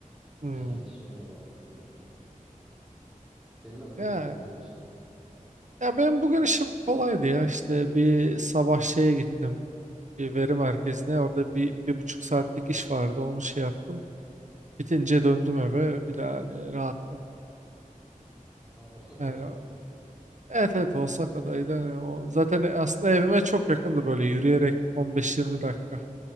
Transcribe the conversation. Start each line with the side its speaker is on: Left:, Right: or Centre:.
Right: hmm.
Centre: Genel işime devam ediyorum yani. Senin nasıl
Right: Ya,
Centre: geçti bugün işin?
Right: ya benim bugün işim kolaydı ya. İşte bir sabah şeye gittim. Bir veri merkezine. Orada bir, bir buçuk saatlik iş vardı. Onu şey yaptım. Bitince döndüm eve. Bir daha hani rahattım.
Centre: Ha, Osaka'da
Right: Yani,
Centre: mıydı?
Right: o- evet evet Osaka'daydı. Hani o, zaten aslında evime çok yakındı böyle yürüyerek 15-20 dakika.